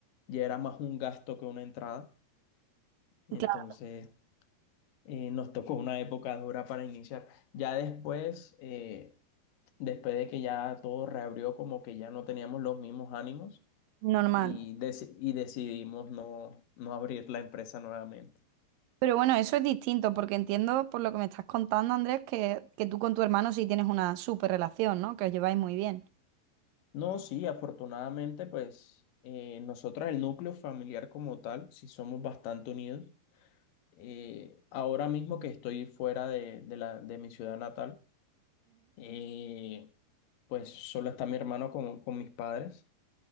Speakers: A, on the left; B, on the right.
A: ya era más un gasto que una entrada, entonces...
B: claro,
A: eh, nos tocó una época dura para iniciar. Ya después, eh, después de que ya todo reabrió, como que ya no teníamos los mismos ánimos
B: normal.
A: y, deci- y decidimos no, no abrir la empresa nuevamente.
B: Pero bueno, eso es distinto, porque entiendo por lo que me estás contando, Andrés, que, que tú con tu hermano sí tienes una súper relación, ¿no? Que os lleváis muy bien.
A: No, sí, afortunadamente, pues eh, nosotras, el núcleo familiar como tal, sí somos bastante unidos. Eh, ahora mismo que estoy fuera de, de la, de mi ciudad natal, eh, pues solo está mi hermano con, con mis padres,